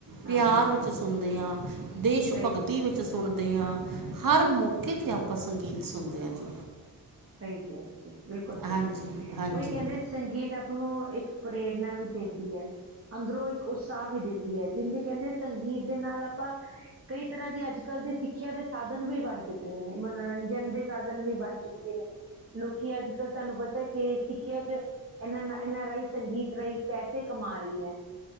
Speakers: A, on the right (about 35°); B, on the right (about 55°).
A: ਹਾਂਜੀ
B: ਪਿਆਰ ਵਿੱਚ ਸੁਨਦੇ ਹਾਂ, ਦੇਸ਼
A: ਸਹੀ
B: ਭਗਤੀ
A: ਕਿਹਾ
B: ਵਿੱਚ ' ਸੁਣਦੇ ਹਾਂ ਹਰ ਮੌਕੇ 'ਤੇ ਆਪਾਂ ਸੰਗੀਤ ਸੁਣਦੇ ਹਾਂ ਜੀ।
A: ਸਹੀ ਕਿਆ ਤੁਸੀਂ ਬਿਲਕੁਲ ਸਹੀ
B: ਹਾਂਜੀ
A: ਕਿਆ
B: ਹਾਂਜੀ
A: ਕੋਈ ਕੈਂਦੇ ਸੰਗੀਤ ਹੁਣੋ ਇੱਕ ਪ੍ਰੇਰਨਾ ਵੀ ਦਿੰਦੀ ਹੈ। ਅੰਦਰੋਂ ਇੱਕ ਉਤਸ਼ਾਹ ਵੀ ਦਿੰਦੀ ਹੈ, ਜਿੰਦੇ ਕਹਿੰਦੇ ਸੰਗੀਤ ਦੇ ਨਾਲ ਆਪਾਂ ਕਈ ਤਰ੍ਹਾਂ ਦੀ ਅੱਜ-ਕੱਲ੍ਹ ਦੇ ਸਿੱਖਿਆ ਦੇ ਸਾਧਨ ਵੀ ਬਣ ਚੁੱਕੇ ਨੇ ਮਨੋਰੰਜਨ ਦੇ ਸਾਧਨ ਵੀ ਬਣ ਚੁੱਕੇ ਲੋਕੀ ਅੱਜ-ਕੱਲ੍ਹ ਤਾਨੂੰ ਪਤਾ ਕਿ ਸਿੱਖਿਆ ਚ ਇਨਾਂ ਇਨਾਂ ਰਾਹੀਂ ਸੰਗੀਤ ਰਾਹੀਂ ਪੈਸੇ ਕਮਾ ਰਹੀ ਹੈ